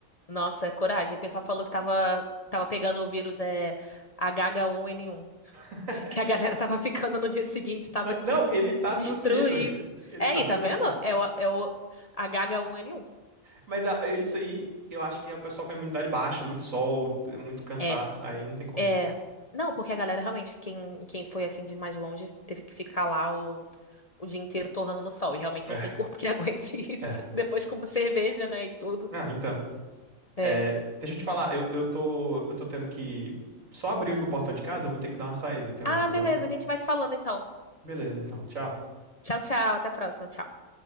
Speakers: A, on the left; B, on the right.
A: Nossa, é coragem. O pessoal falou que tava, tava pegando o vírus é, H1N1.
B: <laughs>
A: <laughs> Que a
B: Ele-
A: galera tava ficando no dia seguinte, tava,
B: Ah,
A: tipo,
B: não, ele tá
A: destruído.
B: tossindo. <laughs> Ele
A: É
B: tá
A: aí,
B: tossindo.
A: tá vendo? É o, é o H1N1.
B: Mas ah, eu- isso aí, eu acho que é o pessoal com a imunidade baixa, muito sol, muito cansaço,
A: É.
B: aí não tem como.
A: É. Não, porque a galera realmente, quem, quem foi assim de mais longe, teve que ficar lá o, o dia inteiro torrando no sol. E realmente
B: É,
A: não tem corpo que <laughs> aguente isso.
B: é.
A: Depois como cerveja, né, e tudo.
B: Não, então. É,
A: É.
B: deixa eu te falar, eu, eu tô, eu tô tendo que só abrir aqui o portão de casa, eu vou ter que dar uma saída, tem algum
A: Ah,
B: problema?
A: beleza, a gente vai se falando então.
B: Beleza, então. Tchau.
A: Tchau, tchau, até a próxima, tchau.